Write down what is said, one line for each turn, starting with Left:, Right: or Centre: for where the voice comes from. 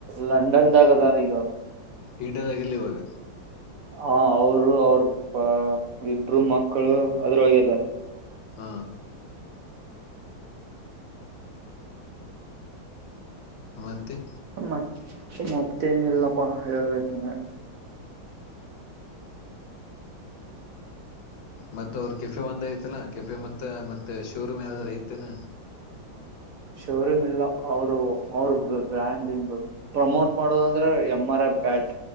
Right: ಲಂಡನ್ದಾಗದಾರ ಈಗ ಅವರ.
Left: ಇಂಡಿಯಾದಾಗಿಲ್ಲ ಇವಾಗ
Right: ಹಾ ಅವರು ಅವರು ಹಾ ಇಬ್ರು ಮಕ್ಕಳು ಅದರೊಳಗೆ ಇದಾರೆ.
Left: ಹಾ. ಮತ್ತೆ.
Right: ಮ ಮತ್ತೇನ ಇಲ್ಲಪ್ಪಾ ಹೇಳ್ಬೇಕ ನೀನ.
Left: ಮತ್ತ ಅವರು ಕೆಫೆ ಬಂದ ಐತಿಲ್ಲಾ ಕೆಫೆ ಮತ್ತ ಮತ್ತೆ ಶೋರೂಮ್ ಯಾವ್ದಾರ ಐತೆೇನ?
Right: ಶೋರೂಮ್ ಇಲ್ಲ ಅವರು ಅವ್ರ ಬ್ರ್ಯಾಂಡಿಂಗ್ ಪ್ರಮೋಟ್ ಮಾಡೋದಂದ್ರೆ ಎಂ ಆರ್ ಎಫ್ ಬ್ಯಾಟ್.